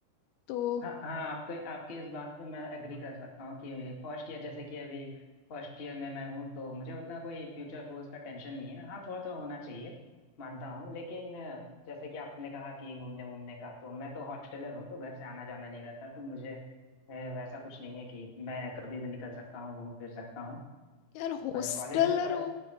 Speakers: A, on the left; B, on the left.
A: तो
B: हाँ हाँ आपके आपके इस बात पे मैं एग्री कर सकता हूँ कि फर्स्ट ईयर जैसे कि अभी फर्स्ट ईयर में मैं हूँ तो मुझे उतना कोई फ्यूचर गोल्स का टेंशन नहीं है हाँ थोड़ा थोड़ा होना चाहिए मानता हूँ लेकिन अ, जैसे कि आपने कहा कि घूमने वूमने का तो मैं तो हॉस्टलर हूँ तो घर से आना जाना नहीं रहता तो मुझे अ, वैसा कुछ नहीं है कि मैं कभी भी निकल सकता हूँ घूम फिर सकता हूँ
A: यार हॉस्टलर
B: कॉलेज में फर...
A: हो